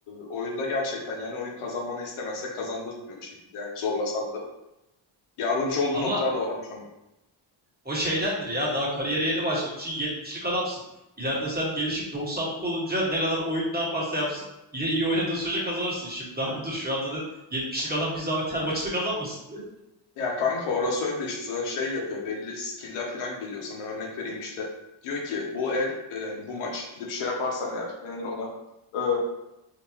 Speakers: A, on the left; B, on the right.
A: oyunda gerçekten yani oyun kazanmanı istemezse kazandırtmıyor bir şekilde yani zorlasan da. Yardımcı olduğu
B: Ama
A: noktalar da varmış ama
B: O şeydendir ya daha kariyere yeni başlamışsın yetmişlik adamsın. İleride sen gelişip doksanlık olunca ne kadar oyun ne yaparsa yapsın yine iyi oynadığın sürece kazanırsın. Şimdi daha bir dur şu an zaten yetmişlik adam bir zahmet her maçını kazanmasın. <laughs>
A: Ya kanka orası öyle işte sana şey yapıyor belli skill'ler falan geliyor sana örnek vereyim işte diyor ki bu el e, yani bu maç gidip şey yaparsan eğer ne denir ona Ee,